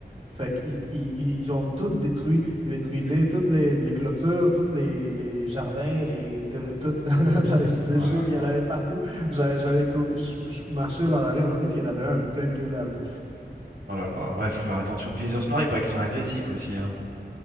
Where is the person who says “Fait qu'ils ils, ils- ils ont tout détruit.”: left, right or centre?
Right